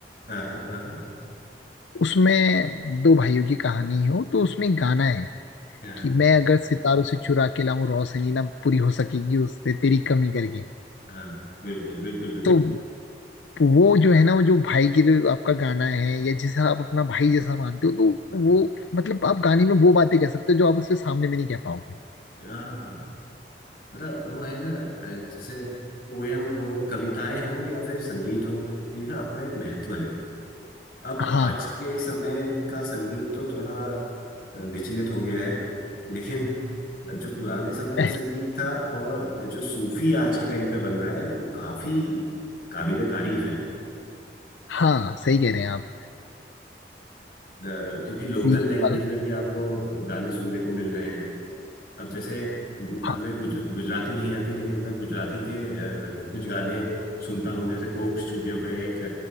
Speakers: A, on the left; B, on the left.
A: हाँ हाँ
B: उसमें दो भाइयों की कहानी है वो तो उसमें एक गाना है
A: हाँ
B: कि मैं अगर सितारों से चुरा के लाऊं रोशनी ना पूरी हो सकेगी उससे तेरी कमी करके
A: हाँ बिल्कुल बिल्कुल बिल्कुल
B: तो वो जो है ना वो जो भाई के लिए आपका गाना है या जिसे आप अपना भाई जैसा मानते हो तो
A: हाँ
B: वो मतलब आप गाने में वो बातें कह सकते हो जो आप उससे सामने में नहीं कह पाओगे
A: हाँ, मतलब वो है ना अ, जैसे पोयम हो कविताएं हो या फिर संगीत हो इनका अपना एक महत्व है अब
B: हाँ
A: आज के समय का संगीत तो थोड़ा अ, विचलित हो गया है लेकिन जो पुराने समय
B: <clears throat>
A: का संगीत था और जो सूफी आज के टाइम पे बन रहा है वो काफी काबिले तारीफ है
B: हाँ सही कह रहे हैं आप
A: अ, क्योंकि लोकल
B: ये
A: लैंग्वेज
B: पर
A: में भी आपको गाने सुनने को मिल रहे हैं अब जैसे गु- हमें
B: हाँ
A: गुज, गुजराती नहीं आती लेकिन मैं गुजराती के अ, कुछ गाने सुनता हूँ जैसे कोक स्टूडियो का एक